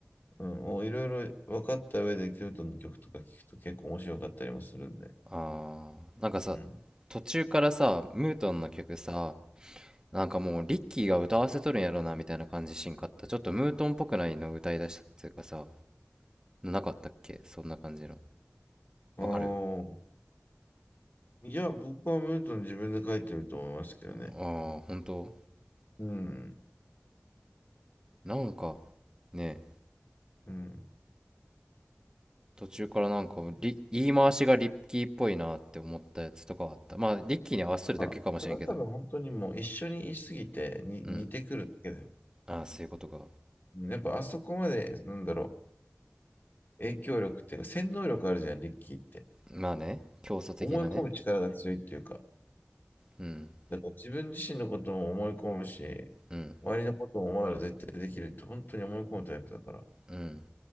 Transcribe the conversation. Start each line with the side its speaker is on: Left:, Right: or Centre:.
Left: うん、をいろいろ分かった上で、ムートンの曲とか聞くと結構面白かったりもするんで。
Right: あーなんかさ
Left: うん。
Right: 途中からさムートンの曲さなんかもうリッキーが歌わせとるんやろなみたいな感じしんかったちょっとムートンっぽくないの歌い出したっていうかさなかったっけそんな感じの
Left: おあ。
Right: わかる
Left: いや、僕はムートン自分で書いてると思いますけどね。
Right: ああー本当
Left: うん。
Right: なんかね
Left: うん。
Right: 途中からなんかリ言い回しがリッキーっぽいなって思ったやつとかはあったまあリッキーに合わせとるだけかもしれんけど
Left: まあ、それは多分本当にもう一緒にいすぎてに似てくるだけで。
Right: うんああーそういうことか
Left: うんやっぱあそこまで、なんだろう、影響力っていうか、洗脳力あるじゃん、リッキーって。
Right: まあね競争的なね
Left: 思い込む力が強いっていうか、
Right: うん
Left: だから自分自身のことも思い込むし、
Right: うん
Left: 周りのこともお前ら絶対できるって本当に思い込むタイプだから、
Right: うん